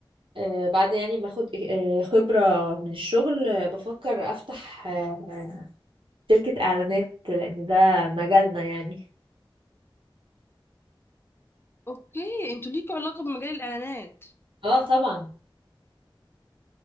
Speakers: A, on the right; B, on the left.
A: آه، بعد يعني ما اخد آه، خبرة من الشغل آه، بفكر افتح آه، شركة اعلانات لان ده مجالنا يعني
B: اوكي انتوا ليكوا علاقه بمجال الاعلانات
A: اه طبعا